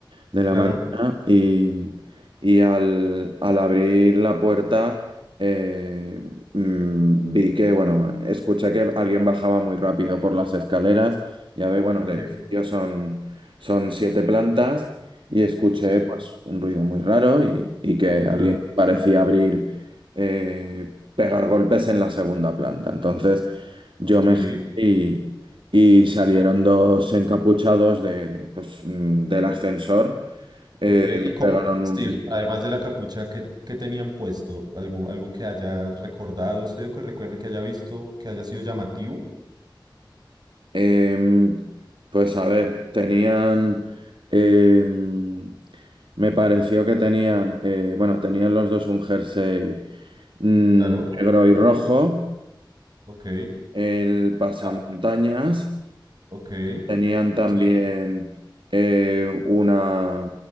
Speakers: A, on the right; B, on the right.
A: de la
B: claro.
A: mañana y, y al, al abrir la puerta eh, mm, vi que, bueno, escuché que alguien bajaba muy rápido por las escaleras. Ya ve, bueno,
B: Ok,
A: el edificio son, son siete plantas y escuché
B: sí,
A: pues un ruido muy raro y, y que alguien
B: claro.
A: parecía abrir, eh, pegar golpes en la segunda planta. Entonces yo
B: Sí,
A: me giré y... Y salieron dos encapuchados de, pues, mm, del ascensor eh,
B: ok.
A: me
B: ¿Y cómo
A: pegaron
B: vestido?
A: un...
B: Además de la capucha, ¿qué, qué tenían puesto? ¿Algo, algo que haya recordado usted o que recuerde que haya visto, que haya sido llamativo?
A: em, pues a ver, tenían... em, me pareció que tenían... eh, bueno, tenían los dos un jersey mm,
B: Claro.
A: negro y rojo.
B: Ok.
A: El pasamontañas.
B: Ya. Ok.
A: Tenían también
B: Sí.
A: eh, una,